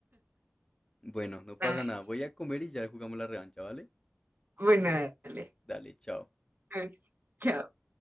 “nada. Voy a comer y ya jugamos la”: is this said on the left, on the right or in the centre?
Left